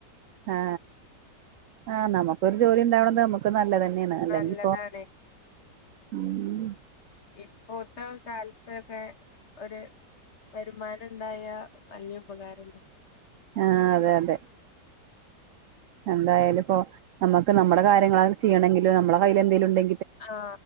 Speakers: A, on the right (about 80°); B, on the left (about 45°).
A: ആ ആ നമുക്കൊരു ജോലി ഉണ്ടാവണത് നമുക്ക് നല്ലത ന്നെയാണ് അല്ലെങ്കി
B: നല്ലതാണ്
A: ഇപ്പോ ഉം
B: ഇപ്പോത്തെ കാല ത്തൊക്കെ ഒരു വരുമാനം ഉണ്ടായാ വലിയ ഉപകാരല്ലേ.
A: ആ അതെ അതെ. എന്തായാലും ഇപ്പൊ നമുക്ക് നമ്മുടെ കാര്യങ്ങളായാലും ചെയ്യണെങ്കില് നമ്മടെ കയ്യില് എന്തെങ്കിലും ഉണ്ടെ
B: ആ